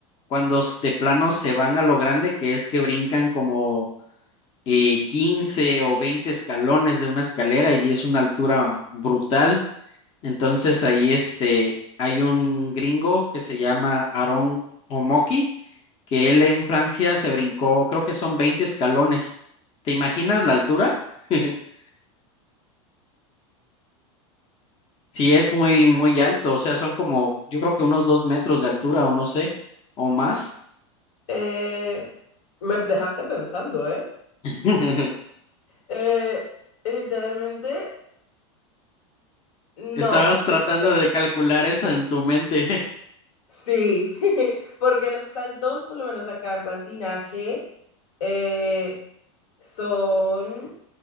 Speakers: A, on the left; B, on the left.
A: cuando s- de plano se van a lo grande, que es que brincan como eh, 15 o 20 escalones de una escalera y es una altura brutal. Entonces ahí este, hay un gringo que se llama Aaron Omoki, que él en Francia se brincó, creo que son 20 escalones. ¿Te imaginas la altura? <laughs> Sí, es muy, muy alto, o sea, son como, yo creo que unos dos metros de altura o no sé, o más.
B: Eh, me dejaste pensando, ¿eh?
A: <laughs>
B: Eh, literalmente, no,
A: Estabas
B: depende.
A: tratando de calcular eso en tu mente,
B: Sí, <laughs> porque los saltos, por lo menos acá en patinaje, eh, son